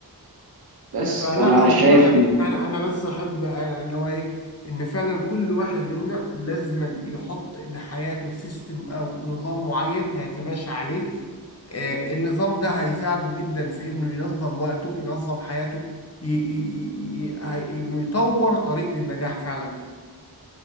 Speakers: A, on the right; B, on the left.
A: بس
B: فلا
A: فانا
B: هو
A: شايف
B: فعلا
A: إن-
B: انا انا بس احب أنا- اللي هو ايه ان فعلا كل واحد منا لازما يحط لحياته سيستم او نظام معين هيتماشى عليه آه، النظام ده هيساعده جدا في انه ينظم وقته ينظم حياته ي... ي... ي... ي- هي- انه يطور طريق للنجاح فعلا